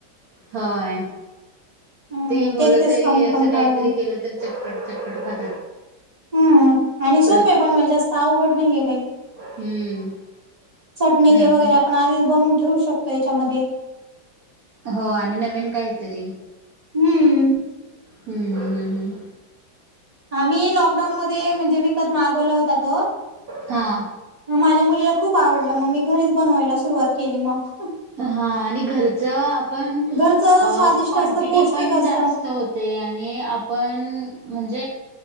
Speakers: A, on the right (about 55°); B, on the right (about 20°).
A: होय.
B: हम्म
A: ते मुलं
B: तेच तेच
A: तरी
B: खाऊन
A: असं
B: कंटाळा
A: काहीतरी केलं तरी चटपट चटपट खातात.
B: हम्म. आणि सोप
A: रोज
B: आहे बनवायल जास्त अवघड नाहीये काही,
A: हम्म.
B: चटणी
A: नवीन
B: ते वगैरे आपण आधीच बनवून ठेवू शकतो यांच्यामध्ये.
A: हो आणि नवीन काहीतरी.
B: हम्म
A: हम्म हम
B: आम्ही लॉकडाऊन मध्ये म्हणजे विकत मागवला होता तो.
A: हा
B: माझ्या मुलीला खूप आवडलं मग मी घरीच बनवायला सुरुवात केली मग.
A: हा आणि घरच आपण
B: घरचं
A: क्वांटिटी
B: स्वादिष्ट असतं पौष्टिक
A: पण
B: असतं.
A: जास्त होते. ते आणि आपण म्हणजे,